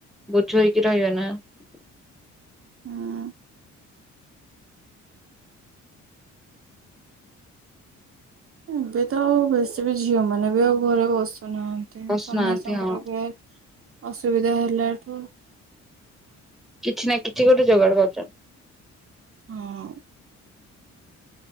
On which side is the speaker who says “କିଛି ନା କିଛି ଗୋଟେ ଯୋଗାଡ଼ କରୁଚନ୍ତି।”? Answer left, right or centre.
Centre